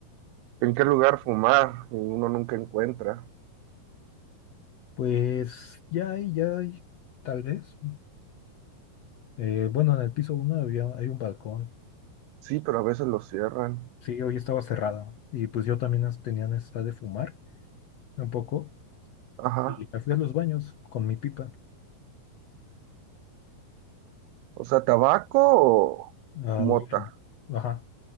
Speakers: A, on the right; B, on the left.
A: en qué lugar fumar y uno nunca encuentra.
B: Pues ya hay, ya hay, tal vez. Eh, bueno, en el piso uno había, hay un balcón.
A: Sí, pero a veces lo cierran.
B: Sí, hoy estaba cerrada y pues yo también es- tenía necesidad de fumar un poco
A: Ajá.
B: y me fui a los baños con mi pipa.
A: O sea, tabaco o,
B: Ah,
A: o mota.
B: lo- ajá,